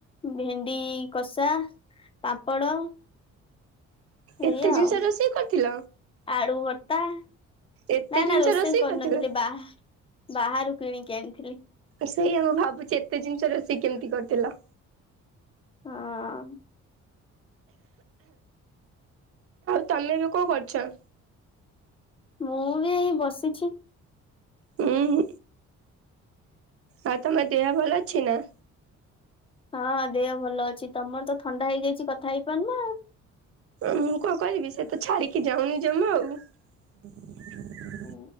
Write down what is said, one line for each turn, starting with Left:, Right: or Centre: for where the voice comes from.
Left: ଭେଣ୍ଡି କଷା- - ପାପଡ଼ -- ସେଇା
Right: ଏତେ
Left: ଆଉ
Right: ଜିନିଷ ରୋଷେଇ କରିଥିଲ
Left: ଆଳୁ ଭର୍ତା- -
Right: ଏତେ
Left: ନା
Right: ଜିନିଷ
Left: ନା ରୋଷେଇ କରନଥିଲି
Right: କରିଥିଲ?
Left: ବା ବାହାରୁ କିଣିକି ଆଣିଥିଲି।
Right: ସେଇଆ ମୁଁ ଭାବୁଛି ଏତେ ଜିନିଷ ରୋଷେଇ କେମିତି କରିଥିଲଥିଲ?
Left: ହଁ
Right: ତମେ ଏବେ କଣ କରୁଛ?
Left: ମୁଁ ବି ଏଇ ବସିଛି।
Right: ଉୁଁ ଆଉ ତମର ଦେହ ଭଲ ଅଛି ନା?
Left: ହଁ ଦେହ ଭଲ ଅଛି ତମର ତ ଥଣ୍ଡା ହେଇଯାଇଛି କଥା ହେଇପାରୁ ନ।
Right: ମୁଁ କଣ କରିବି ସେ ତ ଛାଡିକି ଯାଉନି ଜମା ଆଉ। ଦେ
Left: ଁ